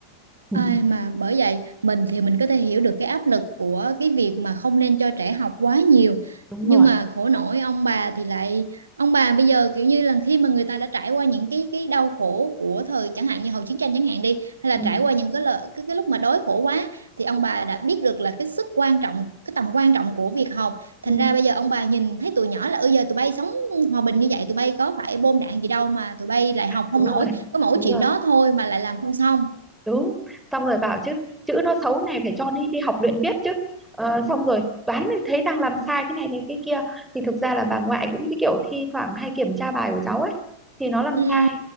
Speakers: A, in the centre; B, on the right.
A: <laughs>
B: Ai mà bởi vậy mình thì mình có thể hiểu được cái áp lực của cái việc mà không nên cho trẻ học quá nhiều
A: đúng
B: nhưng
A: rồi
B: mà khổ nổi ông bà thì lại ông bà bây giờ kiểu như là khi mà người ta đã trải qua những cái cái đau khổ của thời chẳng hạn như hậu chiến tranh chẳng hạn đi hay là
A: ừ.
B: trải qua những cái lợi cái, cái lúc mà đói khổ quá thì ông bà đã biết được là cái sức quan trọng cái tầm quan trọng của việc học thành
A: Ừ.
B: ra bây giờ ông bà nhìn thấy tụi nhỏ là ừ giờ tụi bay sống hòa bình như vậy tụi bay có phải bom đạn gì đâu mà tụi bay lại học
A: đúng
B: không nổi
A: rồi
B: có mỗi
A: đúng
B: chuyện
A: rồi
B: đó thôi mà lại làm không xong
A: đúng xong rồi bảo chứ chữ nó xấu này phải cho nó đi học luyện viết chứ Ờ, xong rồi toán thì thấy đang làm sai cái này này cái kia thì thực ra là bà ngoại cũng cái kiểu thi thoảng hay kiểm tra bài của cháu ấy thì nó làm
B: Ừ.
A: sai